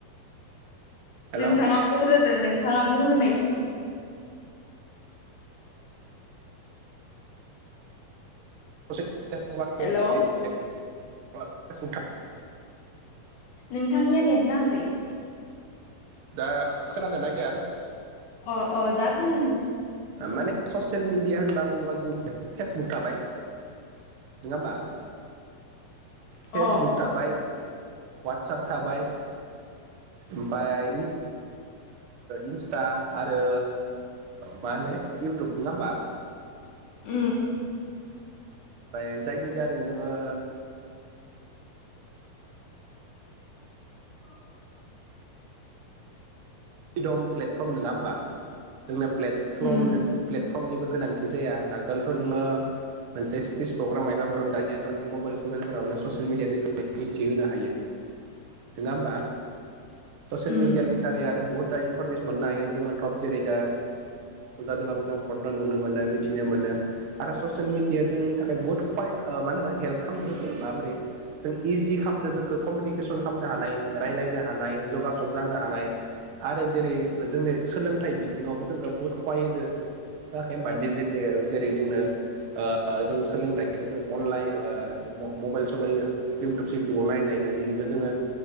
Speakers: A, on the right (about 75°); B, on the left (about 60°).
A: हेलौ
B: नोंथाङा बुंग्रोदो नोंथाङा बुंग्रोनाय। बि
A: <inaudible> <unintelligible>
B: हेल'
A: बा <inaudible> <unintelligible>
B: नोंथांनिया नेट नाङाखै
A: दा खोनादोंना <inaudible> <unintelligible>
B: अ अ दा खोनादों।
A: माने ससियेल मिडिया होनना बुङोबा जोंङो फेसबुक थाबाय नङा होमबा? फेसबुक
B: अ
A: थाबाय हवातसेप थाबाय। ओमफ्राय इनस्टा आरो। मा होनो इउटुब नङा होमबा?
B: उ।
A: ओमफ्राय जायनि दारै नोङो
B: औ
A: फ्रिदम प्लेटफर्म नङा होमबा? जोंना प्लेटफर्म
B: उम
A: फ्रमनिबो गोनांथि जाया आगोलथ' नोङो मोनसे स्टेज प्रग्राम मायबा प्रग्राम दानियाथ' नों मबाइल सबाइलफोरावनो ससियेल मिडियानि थ्रयै मिथिहोनो हायो नङा होमबा? स'सियेल
B: उम
A: मिडिया निथ दारै आरो बहुद दा इनफरमेसन मोननो हायो जोङो टप जेरै दा जादोंबाबो जों फरना नुनो मोनो मिथिनो मोनो आरो ससियेल मिडियााया जोंनि थाखाय बुहुत खहाय मा होनोमा हेल्प खालामदों जोंखौ माबोरै जों इजि खालामदों जोंखौ कमिउनिकेसन खालामनो हानाय रायलायनो हानाय जगाजग जानो हानाय आरो जेरै जोंनि सोलोंथाइ बिथिङावबो जोंखौ बहुद गाहाय होदो होआखै होनबा डिजिटेल जेरै जोंनो ओ जों सोलोंथाइखौ जों अनलाइन ओ म-मबाइल सबाइल इउटुब सिउटुबाव नायनानैबो जोङो